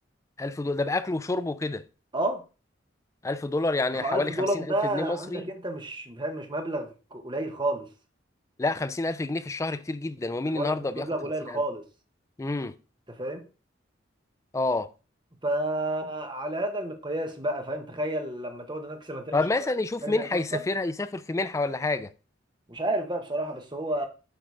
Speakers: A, on the left; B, on the right.
A: 1000 دولار ده باكل وشرب وكده
B: اه
A: 1000 دولار يعني
B: ما
A: حوالي
B: هو 1000
A: 50000
B: دولار ده
A: جنيه مصري
B: عندك انت مش فاهم مش مبلغ قليل خالص
A: لا 50000 جنيه في الشهر كتير جدا ومين
B: أنا بقول
A: النهارده
B: لك مش
A: بياخد
B: مبلغ
A: 50000
B: قليل خالص
A: امم
B: انت فاهم
A: اه
B: فعلى هذا المقياس بقى فاهم تخيل لما تقعد هناك سنتين
A: طب
B: عشان
A: مثلا
B: تاخد
A: يشوف
B: حاجه
A: منحه
B: زي الماستر
A: يسافرها يسافر في منحه ولا حاجه
B: مش عارف بقى بصراحة بس هو